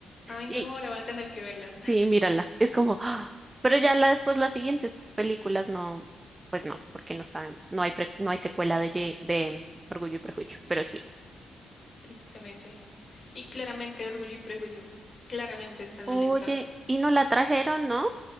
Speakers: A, on the left (about 50°); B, on the right (about 30°).
A: Ay, no,
B: Y
A: ahora voy a tener que verlas, <laughs>
B: sí, mírala, es como, ¡ah! pero ya la, después las siguientes películas no, pues no, porque no sabemos. No hay, pre- no hay secuela de, Ye- de orgullo y prejuicio, pero sí.
A: tristemente. Y claramente Orgullo y Prejuicio, claramente está en
B: Oye,
A: la lista.
B: y no la trajeron, ¿no?